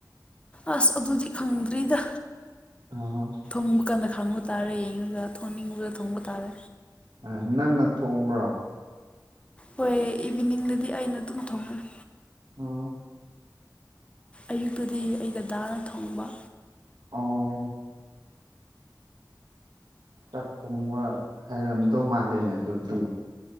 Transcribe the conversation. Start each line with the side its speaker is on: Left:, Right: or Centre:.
Left: ꯑꯁ ꯑꯗꯨꯗꯤ ꯈꯪꯗ꯭ꯔꯤꯗ
Right: ꯑꯍ
Left: ꯃꯨꯡꯕ ꯀꯥꯟꯗ ꯈꯥꯡꯉꯣ ꯇꯥꯔꯦ ꯌꯦꯡꯉꯒ ꯊꯣꯡꯅꯤꯡꯉꯒ ꯊꯣꯡꯕ ꯇꯥꯔꯦ
Right: ꯑꯥ ꯅꯪꯅ ꯊꯣꯡꯕ꯭ꯔꯣ
Left: ꯍꯣꯏ ꯏꯚꯤꯅꯤꯡꯗꯗꯤ ꯑꯩꯅ ꯑꯗꯨꯝ ꯊꯣꯡꯉꯦ
Right: ꯑꯣ
Left: ꯑꯌꯨꯛꯇꯨꯗꯤ ꯑꯩ ꯗꯗꯥꯅ ꯊꯣꯡꯕ
Right: ꯑꯣ ꯆꯥꯛ ꯊꯣꯡꯕ ꯍꯩꯔꯝꯗꯧ ꯃꯥꯜꯂꯦꯅꯦ ꯑꯗꯨꯗꯤ